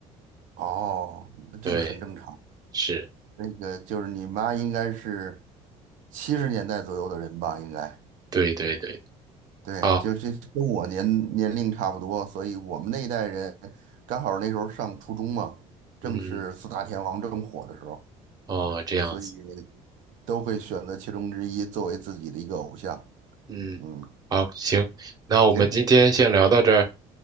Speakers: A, on the right (about 70°); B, on the right (about 30°).
A: 哦，那这个很正常。
B: 对，是，
A: 那个就是你妈应该是七十年代左右的人吧，应该
B: 对对对。
A: 对，
B: 好，
A: 就是跟我年年龄差不多，所以我们那一代人刚好那时候上初中嘛，正是四大天王正火的时候，
B: 嗯。哦，这样子，
A: 所以都会选择其中之一作为自己的一个偶像。
B: 嗯，
A: 嗯，
B: 好，行，那我们今天先聊到这儿，
A: 行。